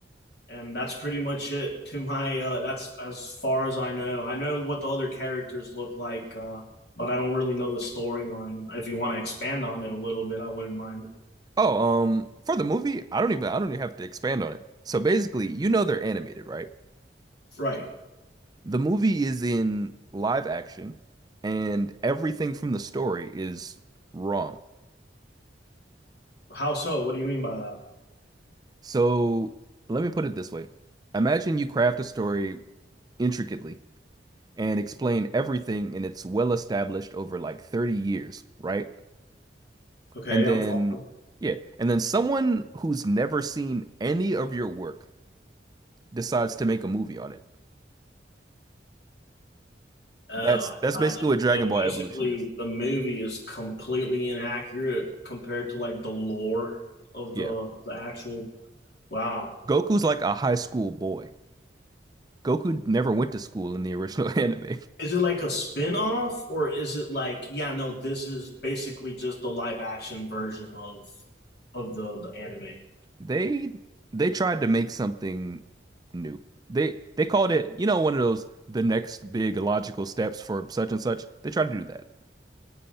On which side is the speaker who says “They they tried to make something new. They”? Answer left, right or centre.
Right